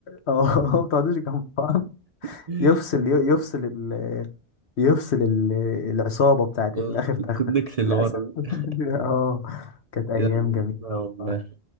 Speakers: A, on the left; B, on the right.
A: اه <laughs> ما تقعدوش جنب بعض
B: <laughs>
A: يفصل يفصل ال... يفصل ال... العصابة بتاعت
B: آه،
A: الآخر تختك
B: الكونكت اللي
A: للأسف
B: ورا ده
A: <laughs> اه كانت أيام
B: يا الله
A: جميلة والله